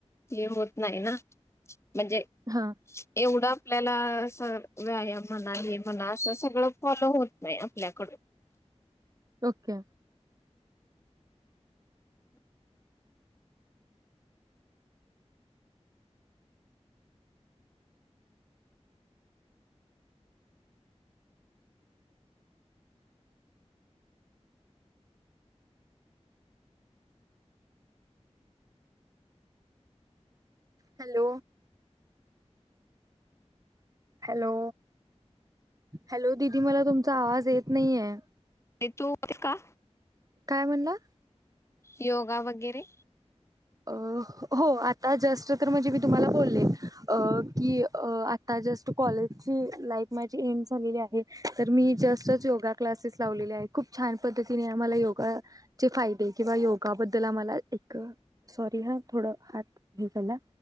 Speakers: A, on the left (about 25°); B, on the right (about 30°).
A: हे होत नाही ना, म्हणजे
B: हा
A: एवढं आपल्याला असं व्यायाम म्हणा हे म्हणा असं सगळं फॉलो होत नाही आपल्याकड
B: ओके हॅलो, हॅलो हॅलो, दिदी मला तुमचा आवाज येत नाहीये.
A: नी, तू करतीस का?
B: काय म्हणला?
A: योगा वगैरे
B: अ, हो आता जस्ट तर म्हणजे मी तुम्हाला बोलले अ की अ आता जस्ट कॉलेज ची लाईफ माझी एंड झालेली आहे, तर मी जस्टच योगा क्लासेस लावलेले आहे. खूप छान पद्धतीने आम्हाला योगा चे फायदे किंवा योगाबद्दल आम्हाला एक सॉरी हा थोडं हात हे झाला